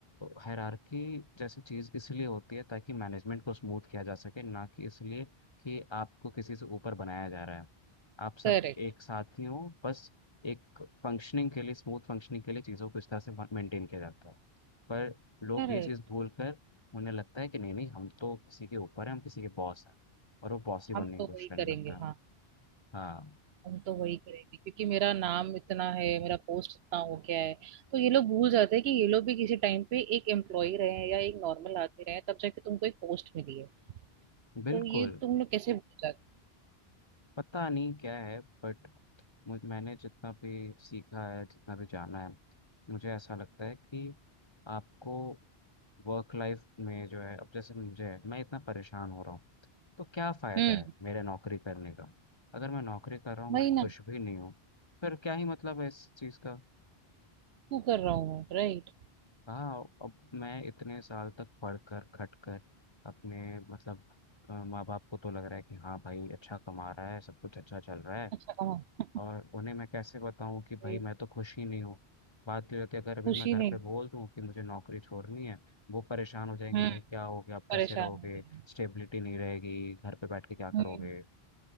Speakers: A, on the left; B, on the right.
A: हायरार्की जैसी चीज़ इसलिए होती है ताकि मैनेजमेंट को स्मूथ किया जा सके ना कि इसलिए कि आपको किसी से ऊपर बनाया जा रहा है आप सब
B: करेक्ट
A: एक साथ ही हो बस एक फंक्शनिंग के लिए स्मूथ फंक्शनिंग के लिए चीज़ों को इस तरह से मेंटेन किया जाता है पर लोग
B: करेक्ट
A: ये चीज़ भूल कर उन्हें लगता है कि नहीं नहीं हम तो किसी के ऊपर हैं हम किसी के बॉस हैं और वो बॉस ही बनने
B: हम तो
A: की कोशिश
B: वही
A: करने
B: करेंगे
A: लगता है
B: हाँ
A: हाँ
B: हम तो वही करेंगे क्योंकि मेरा नाम इतना है मेरा पोस्ट इतना हो गया है तो ये लोग भूल जाते हैं कि ये लोग भी किसी टाइम पे एक एम्प्लॉय रहे हैं या एक नॉर्मल आदमी रहे हैं तब जाके तुमको एक पोस्ट मिली है
A: बिल्कुल
B: तो ये तुम लोग कैसे भूल जाते
A: पता नहीं क्या है बट मुझ मैंने जितना भी सीखा है जितना भी जाना है मुझे ऐसा लगता है कि आपको वर्क लाइफ में जो है अब जैसे मुझे है मैं इतना परेशान हो रहा हूँ तो क्या फ़ायदा
B: हम्म
A: है मेरे नौकरी करने का अगर मैं नौकरी कर रहा हूँ
B: वही
A: मैं खुश
B: ना
A: भी नहीं हूँ फिर क्या ही मतलब है इस चीज़ का
B: तू कर रहा हूँ मैं राइट
A: हाँ अब मैं इतने साल तक पढ़ कर खट कर अपने मतलब अ, माँ बाप को तो लग रहा है कि हाँ भाई अच्छा कमा रहा है सब कुछ अच्छा चल रहा है
B: अच्छा कमा
A: और उन्हें मैं कैसे बताऊं कि भाई
B: रही हूँ।
A: मैं तो खुश ही नहीं हूँ बात ये होती है अगर अभी
B: खुशी
A: मैं घर
B: नहीं
A: पे बोल दूं कि मुझे नौकरी छोड़नी है वो परेशान हो जाएंगे
B: हम्म
A: भाई क्या हो गया आप
B: परेशान
A: कैसे रहोगे
B: हो गई हूँ।
A: स्टेबिलिटी नहीं रहेगी घर पे बैठ के क्या करोगे
B: हम्म